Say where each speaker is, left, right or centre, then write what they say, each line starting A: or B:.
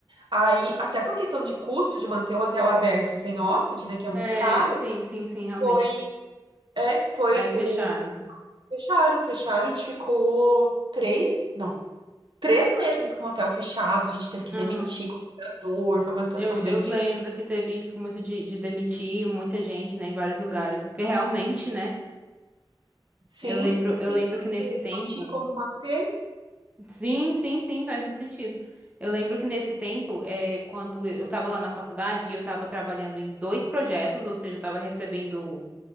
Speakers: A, on the right; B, on the right.
A: Aí, até por questão de custo de manter o hotel aberto sem hóspede, né, que é muito
B: É,
A: caro,
B: sim, sim, sim, realmente.
A: foi, é, foi
B: Aí fecharam.
A: o fecharam, fecharam, a gente ficou três, não, três meses com o hotel fechado, a gente teve
B: Uhum.
A: que demitir colaborador, foi uma situação
B: Eu, eu
A: bem difícil.
B: lembro que teve isso muito de, de demitir muita gente, né, em vários lugares. Porque realmente, né?
A: Sim,
B: Eu lembro, eu
A: sim,
B: lembro
A: porque
B: que nesse tempo.
A: não tinha como manter.
B: Sim, sim, sim, faz muito sentido. Eu lembro que nesse tempo, é, quando eu estava lá na faculdade, eu estava trabalhando em dois projetos, ou seja, eu estava recebendo.